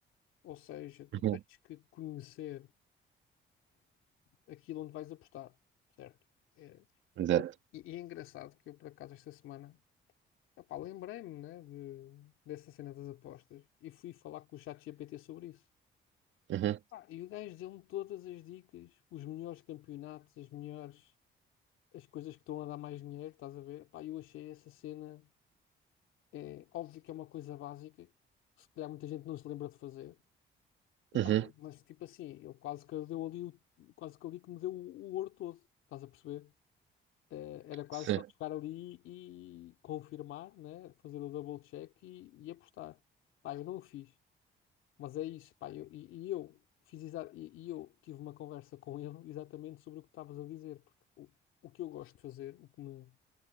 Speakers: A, on the left; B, on the right.
A: Ou seja, tu
B: Uhum.
A: tens que conhecer eh, aquilo onde vais apostar, certo? É,
B: exato.
A: e, e é engraçado que eu, por acaso, esta semana, epá, lembrei-me, né, de, dessa cena das apostas e fui falar com o Chat ChatGPT sobre isso.
B: Uhum.
A: Pá, e o gajo deu-me todas as dicas, os melhores campeonatos, as melhores as coisas que estão a dar mais dinheiro, estás a ver? Pá, eu achei essa cena, é óbvio que é uma coisa básica, que se calhar muita gente não se lembra de fazer. E
B: Uhum.
A: pá, ma- mas tipo assim, ele quase que deu ali, o- quase que ali que me deu o, o ouro todo, estás a perceber? Eh, era quase
B: Sim,
A: só chegar ali e confirmar, né? Fazer o double check e, e apostar. Pá, eu não o fiz, mas é isso, pá, eu, e, e eu fiz exa- e, e eu tive uma conversa com ele <laughs> exatamente sobre o que estavas a dizer, porque o, o que eu gosto de fazer, o que me